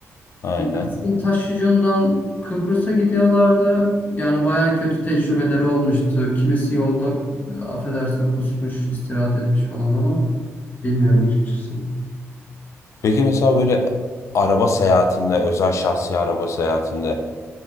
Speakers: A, on the left; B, on the left.
A: Aynen.
B: Mersin Taşyucu'ndan Kıbrıs'a gidiyorlardı. Yani baya kötü tecrübeleri olmuştu. Kimisi yolda e, affedersin kusmuş, istirahat etmiş falan ama bilmiyorum açıkçası.
A: Peki mesela böyle araba seyahatinde özel şahsi araba seyahatinde